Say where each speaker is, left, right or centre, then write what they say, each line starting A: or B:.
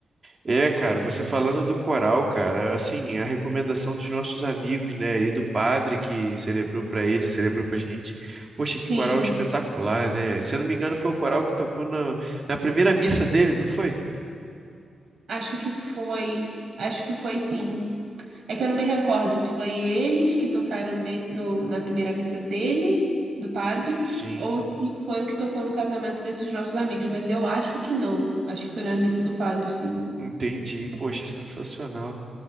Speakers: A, on the right; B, on the right.
A: é, cara, você falando do coral, cara, assim, a recomendação dos nossos amigos, né, e do padre que celebrou pra eles, celebrou pra gente. Poxa, que
B: Sim,
A: coral espetacular, né? Se eu não me engano, foi o coral que tocou na, na primeira missa dele, não foi?
B: acho que foi. Acho que foi sim. É que eu não me recordo se foi eles que tocaram nesse, no, na primeira missa dele, do padre,
A: Sim,
B: ou se foi o que tocou no casamento desses nossos amigos, mas eu acho que não. Acho que foi na missa do padre, sim.
A: entendi. Poxa, sensacional.